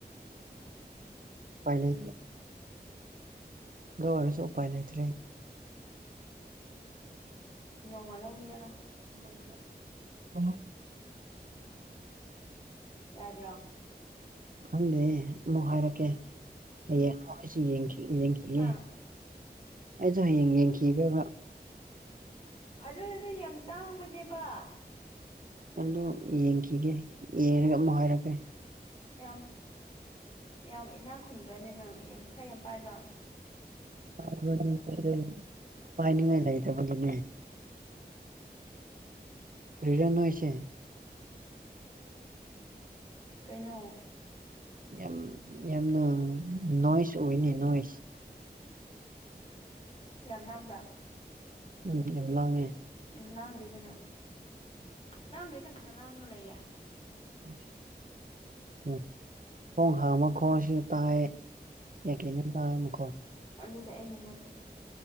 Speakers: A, on the right; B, on the left.
A: ꯄꯥꯏꯂꯩꯗꯤ ꯗꯨ ꯑꯣꯔꯁꯨ ꯎꯄꯥꯏ ꯂꯩꯇ꯭ꯔꯦ
B: ꯅꯪ ꯋꯥꯔꯧꯋꯤꯑꯉ
A: <unintelligible>
B: ꯌꯥꯗ꯭ꯔꯣ
A: ꯈꯪꯗꯦ ꯑꯃꯨꯛ ꯍꯥꯏꯔꯛꯀꯦ ꯍꯌꯦꯡ ꯑꯩꯁꯨ ꯌꯦꯡꯒꯦ ꯌꯦꯡꯈꯤꯌꯦ
B: ꯍꯥ
A: ꯑꯩꯁꯨ ꯍꯌꯦꯡ ꯌꯦꯡꯈꯤꯒꯕ
B: ꯑꯗꯨꯗꯗꯤ ꯌꯥꯝ ꯇꯥꯡꯕꯅꯦꯕ
A: ꯑꯗꯨ ꯌꯦꯡꯈꯤꯒꯦ ꯌꯦꯡꯉ ꯑꯃꯨꯛ ꯍꯥꯏꯔꯛꯀꯦ
B: ꯌꯥꯝ ꯌꯥꯝ ꯏꯅꯥꯛ ꯈꯨꯟꯕ꯭ꯔꯅꯦ ꯅꯪ ꯌꯥꯝ ꯄꯩꯁꯥ ꯌꯥꯝ ꯄꯥꯏꯕ꯭ꯔꯥ
A: ꯥ <unintelligible> ꯄꯥꯏꯅꯤꯉꯥꯏ ꯂꯩꯇꯕꯅꯤꯅ‌ꯦ ꯀ꯭ꯔꯤꯔ ꯅꫭꯏꯁꯦ
B: ꯀꯩꯅꯣ
A: ꯌꯝ ꯌꯝꯅ ꯅꯣꯏꯁ ꯑꯣꯏꯅꯦ ꯅꯣꯏꯁ
B: ꯌꯥꯝ ꯂꯥꯡꯕ꯭ꯔ
A: ꯎꯝ ꯌꯥꯝ ꯂꯥꯡꯉ‌ꯦ
B: ꯎꯝ ꯂꯥꯡꯗꯦꯗꯅ ꯂꯥꯡꯗꯦꯗ ꯀꯅ ꯂꯥꯡꯉꯒ ꯂꯩꯒꯦ꯫
A: <inaudible> ꯎꯝ ꯊꫭꯡ ꯍꯥꯡꯕꯈꫭꯟꯁꯨ ꯇꯥꯏꯌ‌ꯦ ꯀꯩ ꯀꯩꯅ ꫭꯇꯥꯏꯌ‌ꯦ ꯃꯈꯣꯟ
B: ꯑꯗꯨꯗꯤ ꯑꯩꯅ ꯅꯠꯇꯦ